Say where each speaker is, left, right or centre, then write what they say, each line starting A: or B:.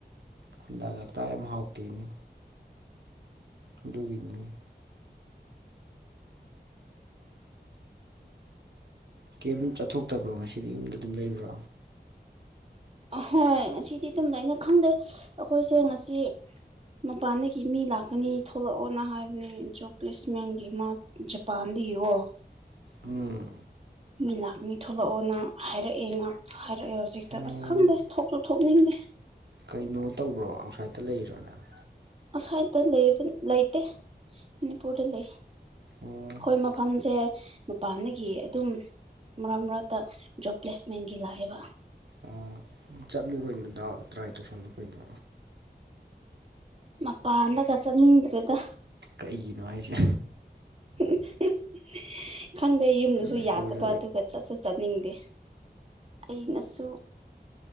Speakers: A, on the right (about 75°); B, on the right (about 35°).
A: ꯈꯨꯟꯗꯥ ꯂꯥꯛꯇ ꯌꯥꯝ ꯍꯥꯎꯇꯦꯅꯤ ꯑꯗꯨꯒꯤꯅꯤꯅꯦ ꯀꯩꯝ ꯆꯠꯊꯣꯛꯇꯕ꯭ꯔꯣ ꯉꯁꯤꯗꯤ ꯌꯨꯝꯗ ꯑꯗꯨꯝ ꯂꯩꯕ꯭ꯔꯣ
B: ꯑꯍꯣꯏ ꯉꯁꯤꯗꯤ ꯗꯨꯝ ꯂꯩꯅ ꯈꯪꯗꯦ ꯑꯈꯣꯏꯁꯦ ꯉꯁꯤ ꯃꯄꯥꯟꯗꯒꯤ ꯃꯤ ꯂꯥꯛꯀꯅꯤ ꯊꯣꯛꯂꯛꯑꯣꯅ ꯍꯥꯏꯕꯅꯦ ꯖꯣꯕ ꯄ꯭ꯂꯦꯁꯃꯦꯟꯒꯤ ꯃꯥ ꯖꯄꯥꯟꯗꯒꯤ ꯑꯣ
A: ꯎꯝ
B: ꯃꯤ ꯂꯥꯛꯅꯤ ꯊꯣꯛꯂꯛꯑꯣꯅ ꯍꯥꯏꯔꯛꯑꯦꯅ ꯍꯥꯏꯔꯛꯑꯦ ꯍꯧꯖꯤꯛꯇ
A: ꯎꯝ
B: ꯑꯁ ꯈꯪꯗꯦ ꯊꯣꯛꯁꯨ ꯊꯣꯛꯅꯤꯡꯗꯦ
A: ꯀꯩꯅꯣ ꯇꯧꯕ꯭ꯔꯣ ꯑꯥꯎꯠꯁꯥꯏꯗꯠꯇ ꯂꯩꯔꯤꯔꯣ ꯅꯪ
B: ꯑꯥꯎꯠꯁꯥꯏꯗꯠꯇ ꯂꯩꯕꯅꯤ ꯂꯩꯇꯦ ꯃꯅꯤꯄꯨꯔꯗ ꯂꯩ
A: ꯑꯣ
B: ꯑꯈꯣꯏ ꯃꯐꯝꯁꯦ ꯃꯄꯥꯟꯗꯒꯤ ꯑꯗꯨꯝ ꯃꯔꯛ ꯃꯔꯛꯇ ꯖꯣꯕ ꯄ꯭ꯂꯦꯁꯃꯦꯟꯒꯤ ꯂꯥꯛꯑꯦꯕ
A: ꯑꯣ ꯆꯠꯂꯨ ꯀꯩꯅꯣ ꯗꯥꯎ ꯇ꯭ꯔꯥꯏ ꯇꯧꯁꯜꯂꯨ ꯀꯩꯅꯣ
B: ꯃꯄꯥꯟꯗꯒ ꯆꯠꯅꯤꯡꯗ꯭ꯔꯦꯗ
A: ꯀꯩꯒꯤꯅꯣ ꯍꯥꯏꯖꯦ
B: <unintelligible> ꯈꯪꯗꯦ ꯌꯨꯝꯗꯁꯨ
A: ꯃꯅꯤꯄꯨꯔꯗ
B: ꯌꯥꯗꯕ
A: ꯂꯩ
B: ꯑꯗꯨꯒ ꯆꯠꯁꯨ ꯆꯠꯅꯤꯡꯗꯦ ꯑꯩꯅꯁꯨ